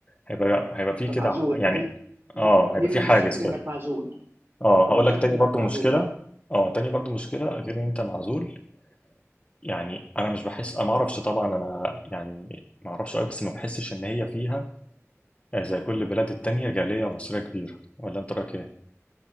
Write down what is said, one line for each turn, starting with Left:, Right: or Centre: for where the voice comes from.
Left: هيبقى هيبقى
Right: ما أنت
Left: في كده
Right: معزول،
Left: ع- يعني
Right: دي دي
Left: آه
Right: دي
Left: هيبقى
Right: من
Left: في حاجز
Right: المشاكل إنك
Left: كده
Right: معزول،
Left: آه
Right: من
Left: هقول
Right: المشاكل
Left: لك تاني
Right: إنك
Left: برضو
Right: معزول.
Left: مشكلة آه تاني برضو مشكلة غير إن أنت معزول يعني أنا مش بحس أنا معرفش طبعا أنا يعني معرفش أوي بس ما بحسش إن هي فيها آه، زي كل البلاد التانية جالية مصرية كبيرة ولا أنت رأيك إيه؟